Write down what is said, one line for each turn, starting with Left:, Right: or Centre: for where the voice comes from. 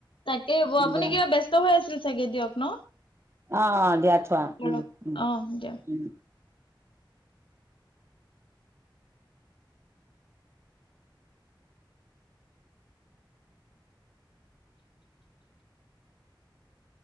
Left: তাকে হব আপুনি
Right: দিয়া।
Left: কিবা ব্যস্ত হৈ আছিল চাগে দিয়ক ন
Right: অ অ দিয়া থোৱা
Left: কৰক
Right: উম উম
Left: অ দিয়ক
Right: উম